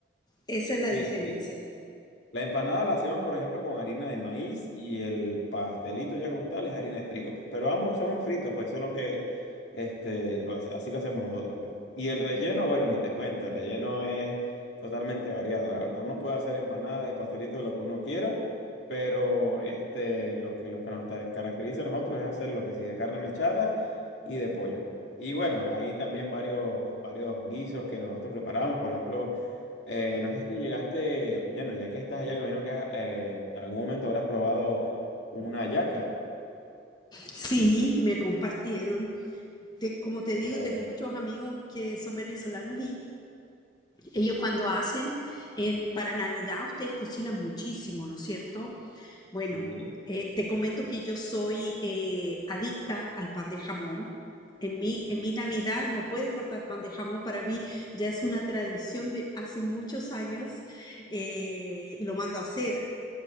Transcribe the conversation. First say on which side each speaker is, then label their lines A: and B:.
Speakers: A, on the left; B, on the left.
A: esa es la
B: sí,
A: diferencia.
B: sí, la empanada la hacemos, por ejemplo, con harina de maíz y el pastelito ya como tal es harina de trigo, pues. Pero ambos son fritos, pues eso es lo que, este, lo hace- así lo hacemos nosotros, pues. Y el relleno,
A: Mm.
B: bueno, ni te cuento, el relleno es totalmente variado, la verdad. Uno puede hacer empanadas de pastelito de lo que uno quiera, pero este, lo que, lo que nos ta- caracteriza a nosotros es hacer lo que sí de carne mechada y de pollo. Y bueno, hay también varios, varios guisos que nosotros preparamos, por ejemplo. Eh, no sé si llegaste, bueno, ya que estás allá, me imagino que eh, en algún momento habrás probado una hallaca.
A: Sí, me compartieron. Te- como te
B: Bueno,
A: digo, tengo muchos amigos que son venezolanos y Ellos cuando hacen, eh, para Navidad ustedes cocinan muchísimo, ¿no es cierto? Bueno,
B: sí,
A: eh, te comento que yo soy eh, adicta al pan de jamón. En mi, en mi Navidad no puede faltar pan de jamón. Para mí ya es una tradición de hace muchos años eh, y lo mando a hacer